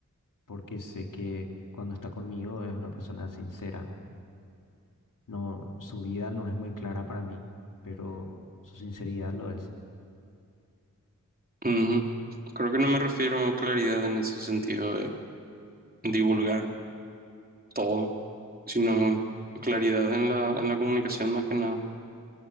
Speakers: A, on the left (about 75°); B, on the right (about 25°).
A: porque sé que cuando está conmigo es una persona sincera. No, su vida no es muy clara para mí, pero su sinceridad lo es.
B: Ujú. Creo que no me refiero a claridad en ese sentido de divulgar todo, sino claridad en la, en la comunicación más que nada.